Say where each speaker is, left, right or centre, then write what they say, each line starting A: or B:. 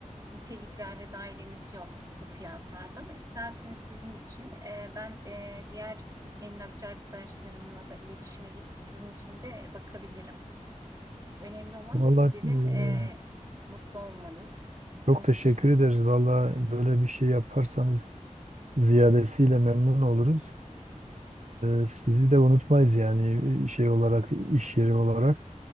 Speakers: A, on the right; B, on the right.
A: Niteliklerde dairemiz yok o fiyatlarda ama isterseniz sizin için e, ben e, diğer emlakçı arkadaşlarımla da iletişime geçip sizin için de bakabilirim. Önemli olan
B: Vallahi
A: sizlerin
B: e,
A: e, mutlu olmanız, sizin
B: çok teşekkür
A: iş-
B: ederiz. Vallahi böyle bir şey yaparsanız ziyadesiyle memnun oluruz. E, sizi de unutmayız yani şey olarak, iş yeri olarak